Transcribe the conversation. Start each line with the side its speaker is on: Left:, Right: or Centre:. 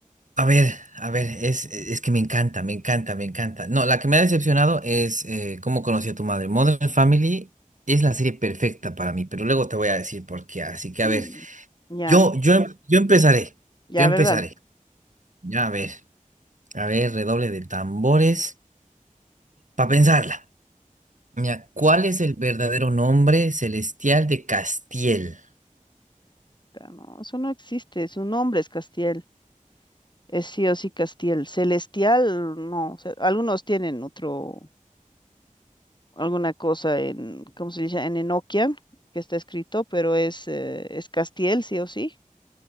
Right: a ver, a ver, es, es que me encanta, me encanta, me encanta. No, la que me ha decepcionado es eh, cómo conocí a tu madre. Modern Family es la serie perfecta para mí, pero luego te voy a decir por qué. Así que,
Left: Mm,
Right: a ver,
Left: Ya,
Right: yo, yo, em- yo empezaré,
Left: ya,
Right: yo empezaré.
Left: ¿verdad?
Right: Ya, a ver, a ver, redoble de tambores. Para pensarla. Mira, ¿cuál es el verdadero nombre celestial de Castiel?
Left: No, eso no existe. Su nombre es Castiel. Es sí o sí Castiel. Celestial, no. o sea, algunos tienen otro. alguna cosa en, ¿cómo se dice? En Enoquian, que está escrito, pero es, eh, es Castiel, sí o sí.